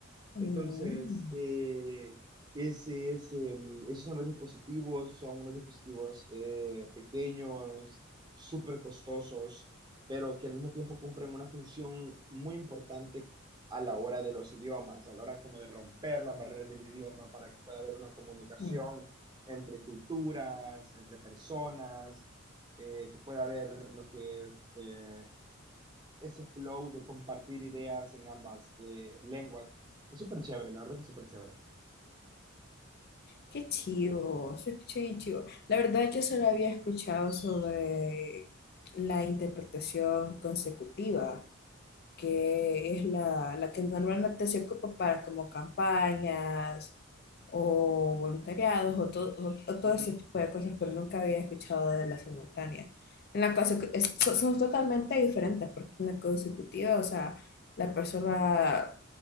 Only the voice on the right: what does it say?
Entonces, eh, ese es el, esos son los dispositivos, son unos dispositivos eh, pequeños, súper costosos, pero que al mismo tiempo cumplen una función muy importante a la hora de los idiomas, a la hora como de romper las barreras del idioma para que pueda haber una comunicación
entre culturas, entre personas, eh, que pueda haber lo que es... eh, ese flow de compartir ideas en ambas eh, lenguas. Es súper chévere, la verdad que es súper chévere.
Ujú,